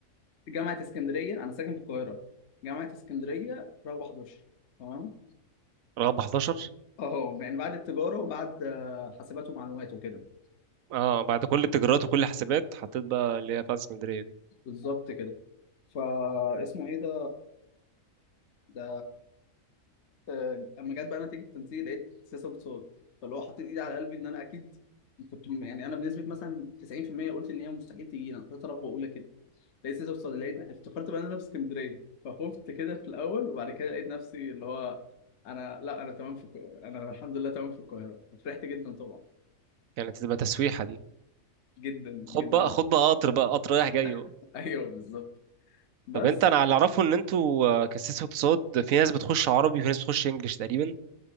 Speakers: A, on the left (about 60°); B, on the right (about 80°).
A: جامعه اسكندريه انا ساكن في القاهره جامعه اسكندريه رغبه 11 تمام
B: رغب 11
A: اه يعني بعد التجاره وبعد آه، حاسبات ومعلومات وكده
B: اه بعد كل التجارات وكل الحسابات حطيت بقى اللي هي بتاعت اسكندريه دي
A: بالظبط كده فاسمه ايه ده ده آه، اما جت بقى نتيجه التنسيق لقيت سياسه واقتصاد فاللي هو حطيت ايدي على قلبي ان انا اكيد كنت م- يعني انا بنسبه مثلا 90% قلت ان هي مستحيل تجينا كنت رغبه اولى كده لقيت سياسه واقتصاد لقيت افتكرت بقى ان انا في اسكندريه فخفت كده في الاول وبعد كده لقيت نفسي اللي هو انا لا انا تمام في الك- انا الحمد لله تمام في القاهره فرحت جدا طبعا
B: كانت تبقى تسويحه دي
A: جدا جدا
B: خد بقى خد بقى قطر بقى قطر رايح جاي بقى
A: <laughs> ايوه بالظبط بس
B: طب انت انا اللي اعرفه ان انتوا آه، كسيس اقتصاد في ناس بتخش عربي وفي ناس بتخش انجلش تقريبا